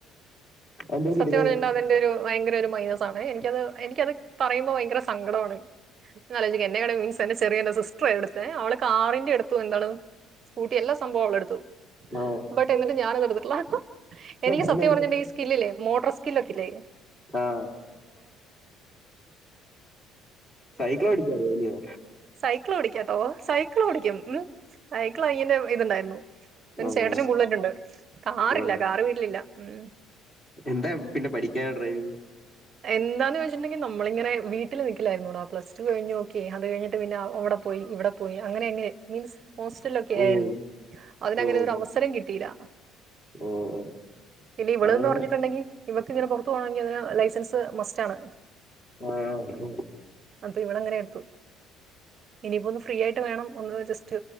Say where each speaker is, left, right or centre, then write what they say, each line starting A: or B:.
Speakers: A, on the left; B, on the right.
A: അതെന്താ
B: സത്യം
A: എടുക്കാഞ്ഞേ
B: പറഞ്ഞണ്ട അതിന്റെ ഒരു ഭയങ്കര ഒരു മൈനസ് ആണ് എനിക്കത് എനിക്കത് പറയുമ്പോ ഭയങ്കര സങ്കടാണ് നാലേയ്ചൊക്ക്യ എന്നെ കാളും മിൻസ് എന്നെ ചെറിയ എന്റെ സിസ് പ്പൊ എടുത്തേ അവള് കാറിന്റെടുത്തു എന്താണ് സ്കൂട്ടി എല്ലാം സംഭവളെടുത്തു
A: ആഹ്
B: ബട്ട് എന്നിട്ട് ഞാന <unintelligible> എനിക്ക്
A: അതെന്താ
B: സത്യം പറഞ്ഞി ന്റീ സ്കില്ലില്ലേ മോട്രസ് കില്ലൊക്കില്ലേ
A: ആ സൈക്കളോടിക്കറിയൊല്ലിയോ
B: സൈക്കിളോടിക്കാട്ടോ സൈക്കിൾ ഓടിക്കും ഉം ഐക്കിള് അയ്യന്റെ ഇതുണ്ടായിരുന്നു പിന്നെ
A: ആഹ്
B: ചേട്ടന് ബുള്ളറ്റുണ്ട് കാറില്ല
A: ആഹ്
B: കാർ വീട്ടിലില്ല ഉം
A: എന്താ പിന്നെ പഠിക്കായെ ഡ്രൈവിങ്
B: എന്താന്ന് വെച്ചിട്ടെങ്കി നമ്മളിങ്ങനെ വീട്ടില് നിക്കില്ലായിരുന്നോടാ പ്ലസ് ത്ത് കഴിഞ്ഞോക്കെ അത് കഴിഞ്ഞ് പിന്നെ അവ്ടെ പോയി ഇവ് ടെ പോയി അങ്ങനെ എങ്ങനെ മീൻസ് ഹോസ്റ്റലൊക്കെ
A: ഓഹ്
B: ആയിരുന്നു അതിനങ്ങനെ
A: ഓഹ്
B: ഒരു അവസരം കിട്ടിയില്ല
A: ഓഹ്
B: പിന്നെ ഇവടിന്ന്
A: അത്
B: പറഞ്ഞിട്ടുണ്ടെങ്കിൽ ഇവക്കിങ്ങനെ പുറത്ത് പോണോങ്കി എന്തിനാ ലൈസൻസ് പ്പ് മസ്റ്റാണ്
A: ആ ഒ
B: അന്തു ഇവളങ്ങനെ എടുത്തു ഇനിയിപ്പോ ഒന്ന് ഫ്രീ ആയിട്ട് വേണം ഒന്ന് ജസ്റ്റ്